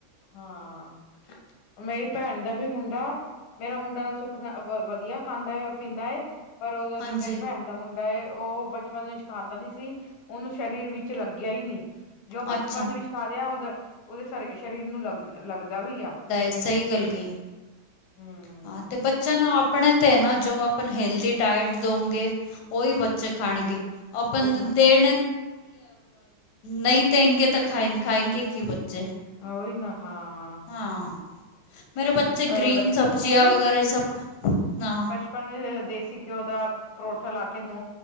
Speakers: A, on the left (about 80°); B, on the left (about 70°).
A: ਹਾਂ। ਮੇਰੀ ਭੈਣ ਦਾ ਵੀ ਮੁੰਡਾ, ਮੇਰਾ ਮੁੰਡਾ ਦਾ ਸੁੱਖ ਨਾ ਵਧੀਆ ਖਾਂਦਾ। ਪੀਂਦਾ ਏ, ਪਰ ਉਦੋਂ ਜੋ
B: ਹਾਂਜੀ
A: ਮੇਰੀ ਭੈਣ ਦਾ ਮੁੰਡਾ ਉਹ ਬਚਪਨ ਵਿਚ ਖਾਂਦਾ ਨੀ ਸੀ, ਉਹਨੂੰ ਸਰੀਰ ਵਿੱਚ ਲੱਗਿਆ ਹੀ ਨਹੀਂ। ਜੋ ਬਚਪਨ
B: ਅੱਛਾ
A: ਵਿੱਚ ਖਾ ਲਿਆ ਉਹਦਾ, ਉਹਦੇ ਸਰੀਰ ਨੂੰ ਲੱਗ ਲੱਗਦਾ ਵੀ ਆ।
B: ਸਹੀ ਗੱਲ ਕਹੀ,
A: ਹਮ
B: ਹਾਂ ਤੇ ਬੱਚਿਆਂ ਨੂੰ ਆਪ ਆਪਣੇ ਤੇ ਏ ਨਾ, ਜੋ ਆਪਾਂ ਹੈਲਦੀ ਡਾਇਟ ਦਓਗੇ, ਓਹੀ ਬੱਚੇ ਖਾਣਗੇ। ਅਪਾਂ
A: ਉਹੀ ਨਾ
B: ਦੇਨ ਨਹੀਂ ਦੇਂਗੇ ਤਾਂ ਖਾਏਂਗੇੇ ਕੀ ਬੱਚੇ।
A: ਹੋਹੀ ਨਾ, ਹਾਂ।
B: ਹਾਂ, ਮੇਰੇ ਬੱਚੇ
A: ਅਹ
B: ਗ੍ਰੀਨ ਸਬਜ਼ੀਆਂ
A: ਮੈਂ
B: ਵਗੈਰਾ ਸਭ, ਨਾ।
A: ਆਪਾਂ ਨੂੰ ਦੇਸੀ ਘਿਓ ਦਾ ਪਰੋਠਾ ਲਾ ਕੇ